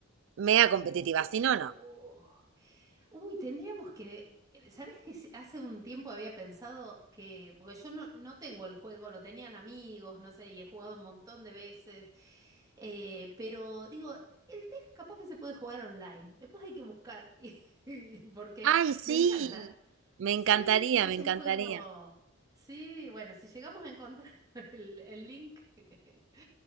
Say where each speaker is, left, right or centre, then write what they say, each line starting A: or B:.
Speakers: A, on the right; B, on the right.
A: Mega competitiva,
B: Oh.
A: si no, no.
B: Uy, tendríamos que... eh, ¿Sabes que se- hace un tiempo había pensado que... Porque yo no, no tengo el juego, lo tenían amigos, no sé, y he jugado un montón de veces. Eh, pero digo, el test capaz que se puede jugar online. Después hay que buscar. <laughs> y- y- Porque
A: ¡Ay, sí!
B: me encanta.
A: Me encantaría,
B: Sí, es
A: me encantaría.
B: un juego. Sí, bueno, si llegamos a encontrar <laughs> el, el link, <laughs>